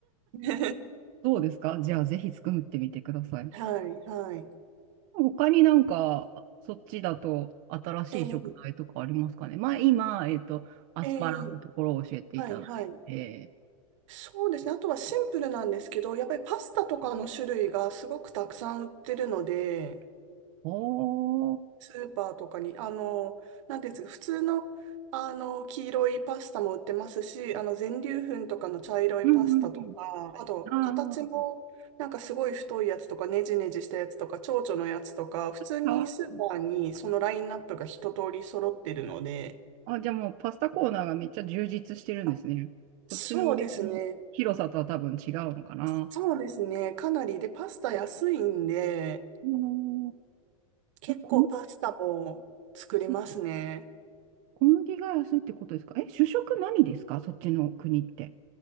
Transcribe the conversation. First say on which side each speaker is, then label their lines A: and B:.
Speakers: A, on the right; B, on the right.
A: <laughs>
B: そうですか。じゃあ、ぜひ作ってみてください。
A: はい、はい。
B: 他になんか、そっちだと新しい食材とかありますかね。
A: ええ
B: まあ、今、えっと、アスパラのところを教えていただいて。
A: ええはい、はい。そうですね。あとはシンプルなんですけど、やっぱりパスタとかの種類がすごくたくさん売ってるので、
B: おー。
A: スーパーとかに、あの、なんていうんですか、普通の、あの、黄色いパスタも売ってますし、あの、全粒粉とかの茶色いパスタとか、
B: うんうん
A: あと、
B: うん。
A: 形も、
B: ああ、
A: なんかすごい太いやつとか、ねじねじしたやつとか、蝶々のやつとか、普通にスーパーにそのラインナップが一通り揃ってるので、
B: かわいい。あ、じゃあもうパスタコーナーがめっちゃ充実してるんですね。
A: あ、そうですね。
B: こっちの売り場の広さとは多分違うのかな。
A: そうですね。かなり。で、パスタ安いんで、
B: あの
A: 結構パスタも作れますね。
B: ーえ、小麦安い。小麦が安いってことですかえ、主食何ですかそっちの国って。